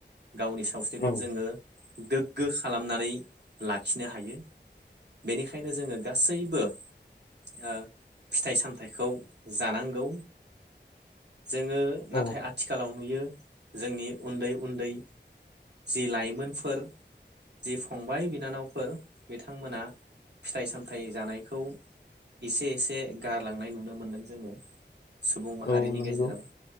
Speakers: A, on the right (about 65°); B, on the left (about 65°).
A: गावनि सावस्रिखौ
B: औ
A: जोङो गोग्गो खालामनानै लाखिनो हायो। बेनिखायनो जोङो गासैबो ओ फिथाइ सामथाइखौ जानांगौ। जोङो नाथाय
B: औ
A: आथिखालाव नुयो जोंनि उन्दै उन्दै जि लाइमोनफोर जि फंबाय बिनानावफोर बिथांमोना फिथाइ सामथाइ जानायखौ। एसे एसे गारलांनाय नुनो मोनदों जोङो सुबुं माहारिनि
B: औ नंगौ
A: गेजेराव